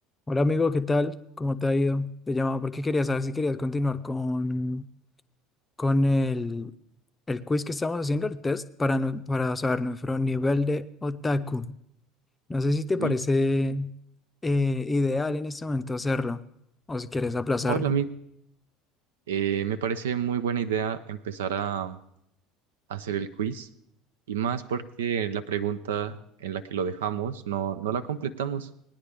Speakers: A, on the left; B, on the right.
A: Hola amigo, ¿qué tal? ¿Cómo te ha ido? Te llamaba porque quería saber si querías continuar con, con el, el quiz que estamos haciendo, el test, para, no- para saber nuestro nivel de otaku. No sé si te
B: Uy,
A: parece eh, ideal en este momento hacerlo o si quieres aplazarlo.
B: hola, mi, eh, me parece muy buena idea empezar a, hacer el quiz y más porque la pregunta en la que lo dejamos no, no la completamos